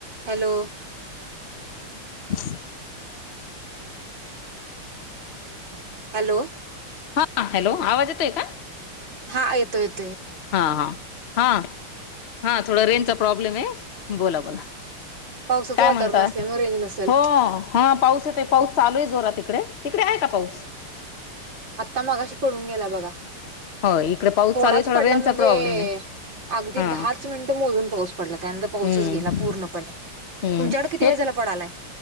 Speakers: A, on the right; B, on the left.
A: Hello
B: <unintelligible>
A: hello
B: हा hello आवाज येतोय का
A: हा येतो येतो
B: हा हा हा हा थोडा रेंचा प्रॉब्लेम आहे बोला बोला
A: पावसाचं
B: काय
A: वातावरण
B: म्हणतात
A: असल्यामुळे रेंज नसेल
B: हो हा पाऊस येते पाऊस चालू आहे जोरात तिकडे तिकडे आहे का पाऊस
A: आत्ता मगाशी पळून गेला बघा
B: होय इकडे पाऊस
A: थोडाच
B: चालू आहे थोडा
A: पडला
B: रेन
A: म्हणजे
B: चा प्रॉब्लेम आहे
A: अगदी
B: हा
A: दहाच मिनिटं मोजून पाऊस पडला त्यानंतर पाऊसच
B: हम्म
A: गेला पूर्णपणे
B: हम्म
A: तुमच्याकड किती
B: हे
A: वेळ झाला पडालाय